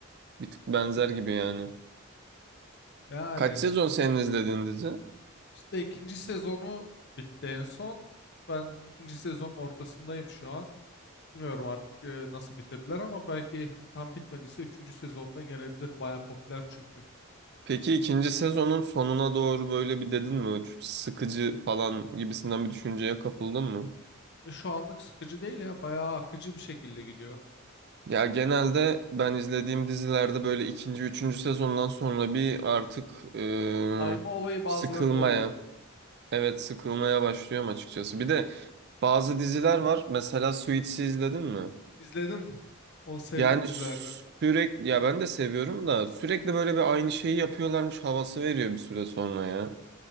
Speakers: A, on the right; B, on the left.
A: Bir tık benzer gibi yani.
B: Yani
A: Kaç sezon senin izlediğin dizi?
B: işte ikinci sezonu bitti en son. Ben ikinci sezonun ortasındayım şu an. Bilmiyorum artık e, nasıl bitirdiler ama belki tam bitmediyse üçüncü sezonda gelebilir. Baya popüler çünkü.
A: Peki ikinci sezonun sonuna doğru böyle bir dedin mi? Çok Sıkıcı falan gibisinden bir düşünceye kapıldın mı?
B: E, şu anlık sıkıcı değil ya. Bayağı akıcı bir şekilde gidiyor.
A: Ya genelde ben izlediğim dizilerde böyle ikinci, üçüncü sezondan sonra bir artık e,
B: Daima olayı bazılarında
A: sıkılmaya,
B: oluyor.
A: evet sıkılmaya başlıyorum açıkçası. Bir de bazı diziler var. Mesela Suits'i izledin mi?
B: İzledim. O sevdim
A: Yani
B: dizilerden.
A: sürekli, ya ben de seviyorum da sürekli böyle bir aynı şeyi yapıyorlarmış havası veriyor bir süre sonra ya.